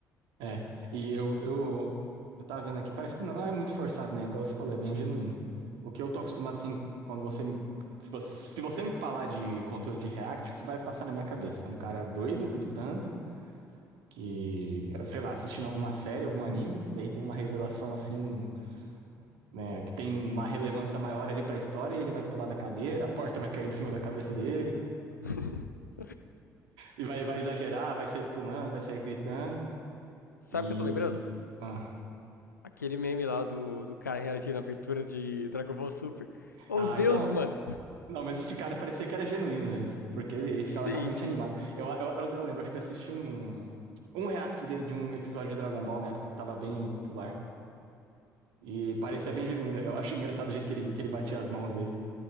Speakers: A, on the right; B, on the left.
A: é. E eu, eu, eu tava vendo aqui, parece que não é muito forçado, né? Igual você falou, é bem genuíno. O que eu tô acostumado, assim, quando você. me- Se você, se você me falar de conteúdo de React, o que vai passar na minha cabeça? É um cara doido, gritando, que, sei lá, assistindo alguma série, algum anime, daí tem uma revelação, assim, né, que tem uma relevância maior ali pra história, e ele vai pular da cadeira, a porta vai cair em cima da cabeça dele.
B: <laughs>
A: E vai, vai exagerar, vai sair pulando, vai sair gritando.
B: Sabe
A: E.
B: o que eu tô lembrando?
A: Ah,
B: Aquele meme lá do, do cara reagindo à abertura de Dragon Ball Super. Os
A: Ah,
B: deuses,
A: então.
B: mano.
A: Não, mas esse cara parecia que era genuíno mesmo. Porque ele, ele
B: Sim,
A: ficava realmente
B: sim.
A: animado. Eu, eu, eu lembro, acho que eu assisti um, um react dele de um episódio de Dragon Ball na época que tava bem popular. E parecia bem genuíno. Eu acho engraçado o jeito que ele, que ele batia as mãos dele.